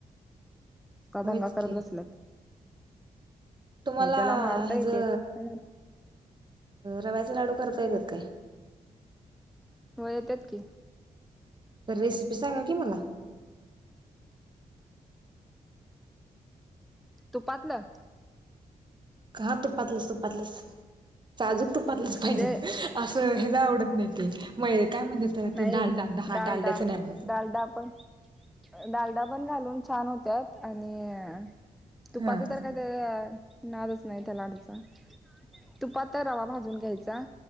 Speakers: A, in the centre; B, on the right (about 30°).
A: इतका
B: होयच
A: दंगा करत
B: की
A: बसल्यात.
B: तुम्हाला
A: हे त्याला मारता
B: हच
A: येतेत
B: अ रवा्याच लाडू करता येतात काय?
A: हो येतात की
B: तर रेसिपी सांगा की मला?
A: तूपातलं
B: हा, तुपातलच तुपातलच साजूक तुपातलच
A: म्हणजे
B: पाहिजे असं ह आवडत नाही ते म काय म्हणतात त्याला
A: नाही
B: ते डालडा हा
A: डालडा
B: डालड्याचं नाही आवडत.
A: डालडा पण डालडा पण घालून छान होत्यात आणि तुपाचं
B: हा
A: तर काय ते नादच नाही त्याला अडूचा तू पता रवा भाजून घ्यायचा.